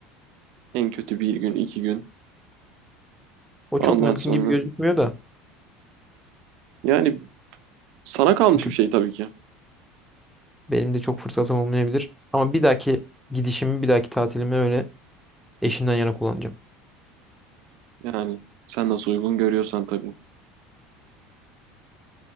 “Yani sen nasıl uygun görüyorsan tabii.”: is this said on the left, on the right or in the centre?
Right